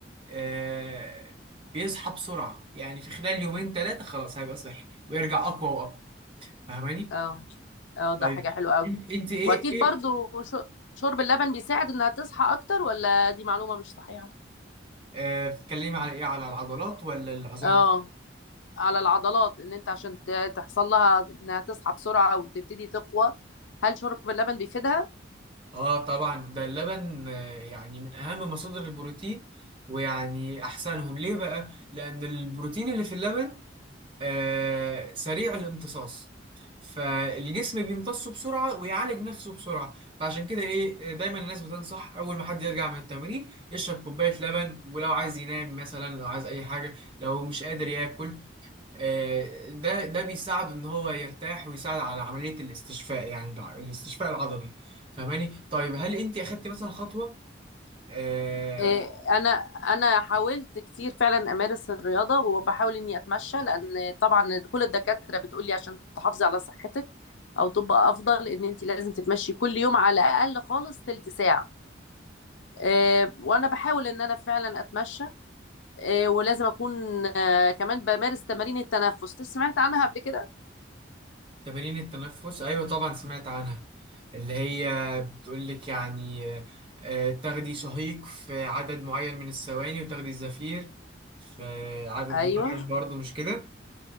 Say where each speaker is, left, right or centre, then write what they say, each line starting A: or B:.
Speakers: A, on the right (about 30°); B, on the left (about 85°).
A: آه، بيصحى بسرعه يعني في خلال يومين ثلاثه خلاص هيبقى صحي ويرجع اقوى واقوى فاهماني
B: اه اه ده
A: طيب
B: حاجة حلوة قوي
A: انت انت ايه
B: واكيد
A: ايه
B: برضو شو- شرب اللبن بيساعد انها تصحى اكتر ولا دي معلومة مش صحيحة
A: آه، بتتكلمي على ايه على العضلات ولا العظام
B: اه على العضلات ان انت عشان ت- تحصل لها انها تصحى بسرعة او تبتدي تقوى هل شرب اللبن بيفيدها
A: اه طبعا ده اللبن آه، يعني من اهم مصادر البروتين ويعني احسنهم ليه بقى لان البروتين اللي في اللبن آه سريع الامتصاص فالجسم بيمتصه بسرعة ويعالج نفسه بسرعة فعشان كده ايه آه، دايما الناس بتنصح اول ما حد يرجع من التمرين يشرب كوباية لبن ولو عايز ينام مثلا لو عايز اي حاجة لو مش قادر ياكل آه، ده ده بيساعد ان هو يرتاح ويساعد على عمليه الاستشفاء يعني الع- الاستشفاء العضلي فاهماني طيب هل انت اخدتي مثلا خطوه آه،
B: إيه، انا انا حاولت كتير فعلا امارس الرياضه وبحاول اني اتمشى لان طبعا كل الدكاتره بتقولي عشان تحافظي على صحتك او تبقى افضل ان انت لازم تتمشي كل يوم على الاقل خالص تلت ساعه آه، وانا بحاول ان انا فعلا اتمشى آه، ولازم اكون آه، كمان بمارس تمارين التنفس سمعت عنها قبل كده
A: تمارين التنفس ايوه طبعا سمعت عنها اللي هي بتقول لك يعني آه، آه، تاخدي شهيق في عدد معين من الثواني وتاخدي زفير في عدد
B: ايوه
A: معين برضه مش كده